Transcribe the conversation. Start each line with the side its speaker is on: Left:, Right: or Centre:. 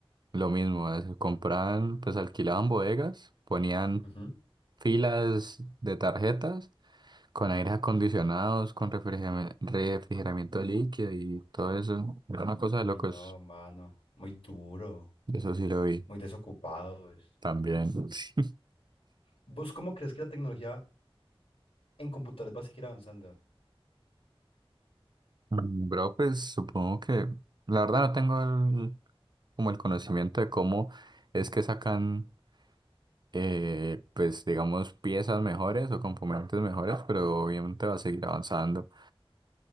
Right: Lo mismo, es- compraban, pues alquilaban bodegas, ponían
Left: ujú.
Right: filas de tarjetas Con aires acondicionados, con refrigerami- refrigeramiento líquido y todo eso. Era una cosa
Left: Uy,
Right: de locos.
Left: no, mano, muy duro,
Right: Eso sí lo vi
Left: muy desocupados.
Right: también. <laughs>
Left: ¿Vos cómo crees que la tecnología en computadores va a seguir avanzando?
Right: Mm, Bro, pues supongo que la verdad no tengo el- como el conocimiento de cómo es que sacan, eh, pues digamos, piezas mejores o componentes mejores, pero obviamente va a seguir avanzando.